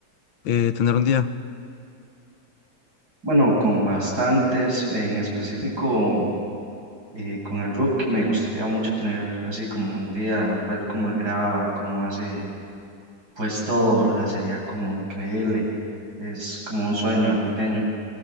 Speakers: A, on the left (about 80°); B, on the right (about 55°).
A: eh, tener un día.
B: Bueno, con bastantes, en específico eh, con el Rookie me gustaría mucho tener así como un día, ver cómo él graba, cómo hace pues todo, ¿verdad? Sería como increíble, es como un sueño de pequeño,